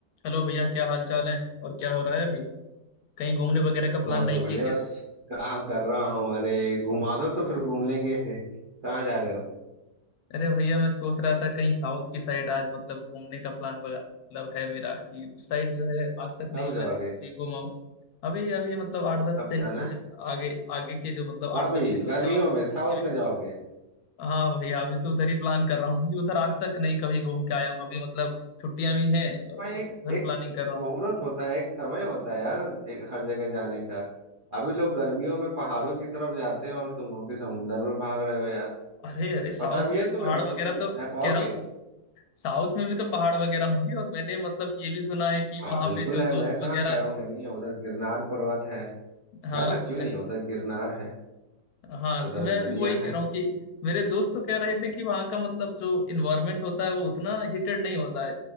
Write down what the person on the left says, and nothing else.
Hello भैया क्या हाल चाल है और क्या हो रहा है अभी कहीं घूमने वगैरह का प्लान
नहीं
किए क्या
अरे भैया मैं सोच रहा था कहीं साउथ की साइड आज मतलब घूमने का प्लान वगैरह मतलब है मेरा कि उस साइड जो है आज तक नहीं
मैं कभी घूमा हूँ अभी अभी मतलब आठ दस
दिन
जो है
ना आगे आगे के जो मतलब आठ
दस दिन आने
वाले
हैं
ये-
हाँ भैया अभी तो उधर ही प्लान कर रहा हूँ क्योंकि उधर आज तक नहीं कभी घूम के आया हूँ अभी मतलब छुट्टियां भी हैं
तो उधर
प्लानिंग कर रहा
हूँ
अरे अरे साउथ
में
भी पहाड़
वगैरह
तो
कह रहा हूँ साउथ में भी तो पहाड़ वगैरह होंगे और मैंने मतलब ये भी सुना है कि
वहां
पे जो
दोस्त
वगैरह
है
हाँ
मैं-
हाँ
तो मैं
भी वही कह
रहा हूँ कि मेरे दोस्त तो कह रहे थे कि वहाँ का मतलब जो इन्वायरमेंट होता है वो उतना हीटेड नहीं होता है